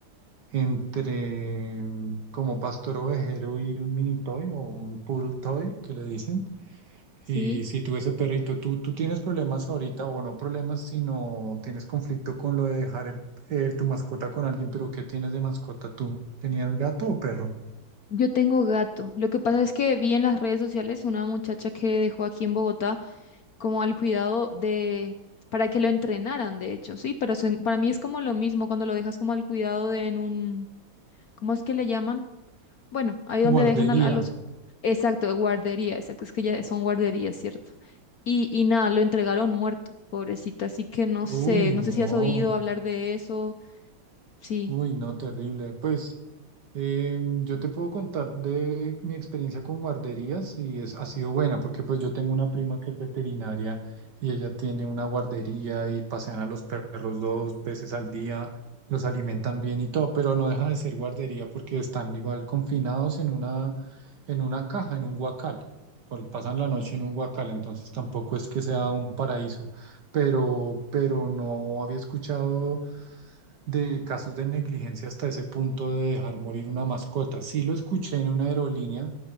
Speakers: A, on the right; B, on the left.
A: entre mm, como pastor ovejero y un mini toy o un poodle toy, que le dicen.
B: Sí,
A: Y si tú ese perrito, tú, tú tienes problemas ahorita, o no problemas, sino tienes conflicto con lo de dejar el- eh, tu mascota con alguien, pero ¿qué tienes de mascota tú? ¿Tenías gato o perro?
B: yo tengo gato. Lo que pasa es que vi en las redes sociales una muchacha que dejó aquí en Bogotá como al cuidado de, para que lo entrenaran, de hecho, sí, pero se- para mí es como lo mismo cuando lo dejas como al cuidado de en un ¿Cómo es que le llaman? Bueno, ahí donde
A: Guardería.
B: dejan al- a, los... Exacto, guardería, exacto, es que ya son guarderías, ¿cierto? Y, y nada, lo entregaron muerto, pobrecita, así que no
A: Uy,
B: sé, no
A: no.
B: sé si has oído hablar de eso. Sí,
A: Uy, no, terrible. Pues em, yo te puedo contar de mi experiencia con guarderías y es, ha sido buena porque pues yo tengo una prima que es veterinaria y ella tiene una guardería y pasean a los perros dos veces al día, los alimentan bien y todo, pero no deja de ser guardería porque están igual confinados en una, en una caja, en un guacal. Pues, pasan la noche en un guacal, entonces tampoco es que sea un paraíso, pero, pero no había escuchado de casos de negligencia hasta ese punto de dejar morir una mascota. Sí lo escuché en una aerolínea